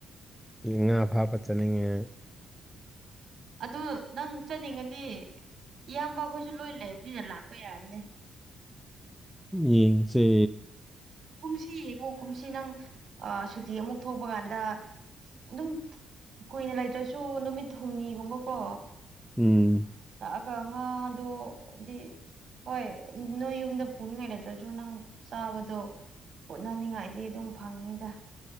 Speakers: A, in the centre; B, on the right.
A: ꯏ ꯉꯥ ꯐꯥꯕ ꯆꯠꯅꯤꯡꯉꯦ
B: ꯑꯗꯨ ꯅꯪ ꯆꯠꯅꯤꯡꯉꯗꯤ ꯏꯌꯥꯝꯕ ꯈꯣꯏꯁꯨ ꯂꯣꯏ ꯂꯩꯕꯅꯤꯅ ꯂꯥꯛꯄ ꯌꯥꯕꯅꯦ
A: ꯌꯦꯡꯖꯦ
B: ꯀꯨꯝꯁꯤ ꯌꯦꯡꯉꯣ ꯀꯨꯝꯁꯤ ꯅꯪ ꯁꯨꯇꯤ ꯑꯃꯨꯛ ꯊꯣꯛꯄ ꯀꯥꯟꯗ ꯑꯗꯨꯝ ꯀꯨꯏꯅ ꯂꯩꯇ꯭ꯔꯁꯨ ꯅꯨꯃꯤꯠ ꯍꯨꯝꯅꯤꯒꯨꯝꯕꯀꯣ
A: ꯎꯝ
B: ꯂꯥꯛꯑꯒ ꯉꯥꯗꯣꯒꯤ ꯍꯣꯏ ꯅꯣꯏ ꯌꯨꯝꯗ ꯄꯨꯅꯤꯡꯉꯥꯏ ꯂꯩꯇ꯭ꯔꯁꯨ ꯅꯪ ꯆꯥꯕꯗꯣ ꯀꯣꯅꯅꯤꯡꯉꯥꯏꯗꯤ ꯑꯗꯨꯝ ꯐꯪꯅꯤꯗ